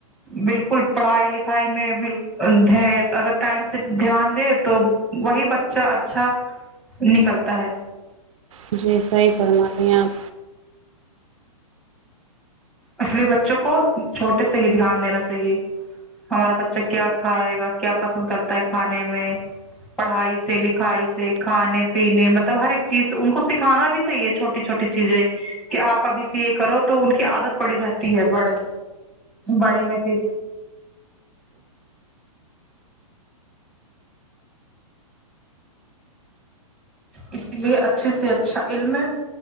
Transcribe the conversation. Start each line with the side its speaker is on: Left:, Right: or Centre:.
Centre: بالکل پڑھائی لکھائی میں بال ہے اگر ٹائم سے دھیان دے تو وہی بچہ اچھا ہے نکلتا ہے
Right: جی صحیح فرماتی ہیں اپ
Centre: اس لیے بچوں کو چھوٹے سے ہی دھیان دینا چاہیے ہمارا بچہ کیا کھائے گا کیا پسند کرتا ہے کھانے میں پڑھائی سے لکھائی سے کھانے پینے مطلب ہر ایک چیز ان کو سکھانا بھی چاہیے چھوٹ ی چھوٹی چیزیں کہ اپ ابھی سی یہ کرو تو ان کی عادت پڑی رہتی ہے بڑے بڑے میں پھر اسی لیے اچھے سے اچھا علم